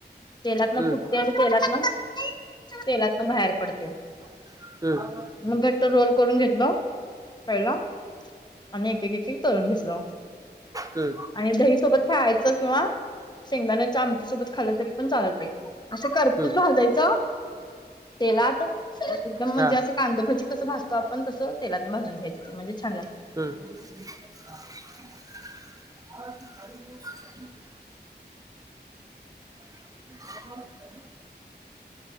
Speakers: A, on the left; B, on the right.
A: तेलातन
B: हम्म
A: फुटते आणि तेलातन, तेलातन बाहेर पडते.
B: हम्म.
A: मग घट्ट रोल करून घेतलो कळला आणि एक-एक, एक-एक तळून घेतलं.
B: हम्म
A: आणि दहीसोबत खायचं किंवा शेंगदाण्याच्या आमटी सोबत खालं तरी पण चालत. असं खरपूस
B: हम्म
A: भाजायचं, तेलात. एकदम म्हणजे
B: हा
A: असं कांदभजी कसं भाजतो आपण तसं तेलातून भाजून घ्यायचं ते म्हणजे छान लागत.
B: हम्म. <inaudible> <inaudible>